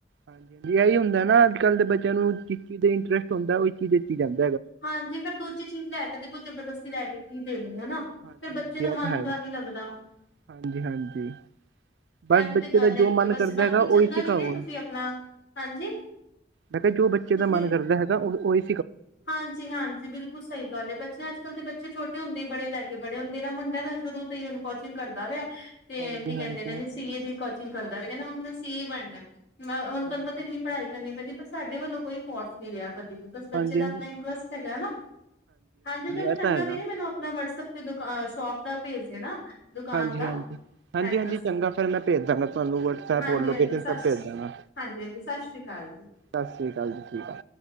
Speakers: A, on the right; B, on the left.
A: ਹਾਂਜੀ, ਹਾਂਜੀ। ਐਈ ਹੁੰਦਾ ਨਾ ਅੱਜ ਕੱਲ੍ਹ ਦੇ ਬੱਚਿਆਂ ਨੂੰ ਜਿਸ ਚੀਜ਼ ਦਾ ਇੰਟਰਸਟ ਹੁੰਦੈ, ਉਹੀ ਚੀਜ਼ ਦਿੱਤੀ ਜਾਂਦੀ।
B: ਹਾਂਜੀ ਫਿਰ ਦੂਜੀ ਚੀਜ਼ ਲੈ ਕੇ ਦੇ, ਕੋਈ ਜਬਰਦਸਤੀ ਲੈ ਕੇ ਕੀ ਦੇ ਹਨਾ
A: ਹਾਂਜੀ
B: ਫਿਰ ਬੱਚੇ
A: ਹਾਂਜੀ
B: ਦਾ
A: ਇਹ
B: ਮਨ
A: ਤਾਂ ਹੈਗਾ
B: ਜਾ ਨੀ ਲੱਗਦਾ।
A: ਹਾਂਜੀ ਹਾਂਜੀ ਬਸ
B: ਐਹ ਵੀ
A: ਬੱਚੇ
B: ਤੇ ਗੱਲ
A: ਦਾ
B: ਹੈਗੀ
A: ਜੋ ਮਨ
B: ਐ। ਬਸ
A: ਕਰਦਾ
B: ਬਾਕੀ
A: ਹੈਗਾ ਉਹੀ
B: ਚੰਗਾ
A: ਸਿਖਾਓ
B: ਵੀਰੇ
A: ਉਹਨੂੰ।
B: ਤੁਸੀਂ ਆਪਣਾ, ਹਾਂਜੀ।
A: ਮੈਂ ਕਿਆ ਜੋ ਬੱਚੇ
B: ਤੁਸੀਂ
A: ਦਾ ਮਨ ਕਰਦਾ ਹੈਗਾ, ਉਹ ਓਹੀ
B: ਹਾਂਜੀ ਹਾਂਜੀ ਬਿਲਕੁਲ ਸਹੀ ਗੱਲ ਏ। ਬੱਚੇ ਅੱਜ ਕੱਲ੍ਹ ਦੇ, ਬੱਚੇ ਛੋਟੇ ਹੁੰਦੇ ਈ ਬੜੇ ਲੈ ਕੇ ਬੜੇ। ਹੁਨ ਮੇ ਮੁੰਡਾ ਨਾ ਸ਼ੁਰੂ ਤੋਂ ਹੀ ਕੋਚਿੰਗ ਕਰਦਾ ਵੇਆ,
A: ਹਾਂਜੀ
B: ਤੇ ਕੀ
A: ਹਾਂਜੀ
B: ਕੈਂਦੇ ਨੇ ਨਾ, ਸੀ ਏ ਦੀ ਕੋਚਿੰਗ ਕਰਦਾ ਨਾਲੇ ਕੈਂਦਾ ਮੰਮਾ ਮੈਂ ਸੀ ਏ ਬਣਨਾ ਐ। ਮੈਂ
A: ਹਾਂਜੀ
B: ਹੁਣ ਤੁਆਨੂੰ ਪਤਾ ਇੰਨੀ
A: ਹਾਂਜੀ
B: ਪੜ੍ਹਾਈ ਕਰਨੀ ਪੈਂਦੀ। ਪਰ ਸਾਡੇ ਵੱਲੋਂ ਕੋਈ ਫੋਰਸ ਨਹੀਂ ਰਿਹਾ ਕਦੇ ਵੀ, ਬਸ
A: ਹਾਂਜੀ
B: ਜਿਦਾ
A: ਹਾਂਜੀ
B: ਆਪਣਾ ਇੰਟਰਸਟ ਹੈਗਾ ਐ ਨਾ, ਹਾਂਜੀ ਚਲੋ
A: ਇਹ
B: ਚੰਗਾ
A: ਤਾਂ ਹੈਗਾ
B: ਵੀਰੇ ਮੈਨੂੰ ਆਪਣਾ ਵਟਸਐਪ ਦੁਕਾ-ਸ਼ੋਪ ਦਾ ਭੇਜ ਦੇਣਾ ਦੁਕਾਨ
A: ਹਾਂਜੀ
B: ਦਾ
A: ਹਾਂਜੀ। ਹਾਂਜੀ
B: ਐਡਰੈਸ
A: ਹਾਂਜੀ, ਚੰਗਾ ਫਿਰ ਮੈਂ ਭੇਜ ਦਾਂਗਾ ਤੁਆਨੂੰ ਵਟਸਐਪ
B: ਹਾਂਜੀ
A: ਔਰ ਲੋਕੇਸ਼ਨ
B: ਹਾਂਜੀ ਸਤਿ
A: ਸਭ ਭੇਜ ਦਾਂਗਾ।
B: ਹਾਂਜੀ ਹਾਂਜੀ, ਸਤਿ ਸ਼੍ਰੀ ਕਾਲ ਜੀ।
A: ਸਸ੍ਰੀ ਕਾਲ ਜੀ, ਠੀਕ ਆ।